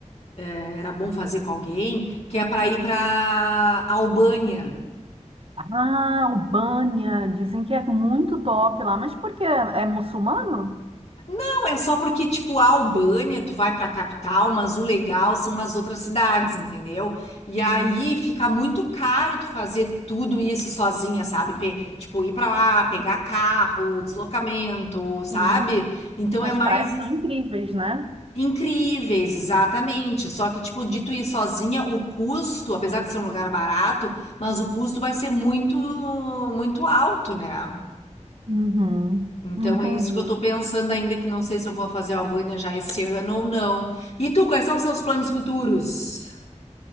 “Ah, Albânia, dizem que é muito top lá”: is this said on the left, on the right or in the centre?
Right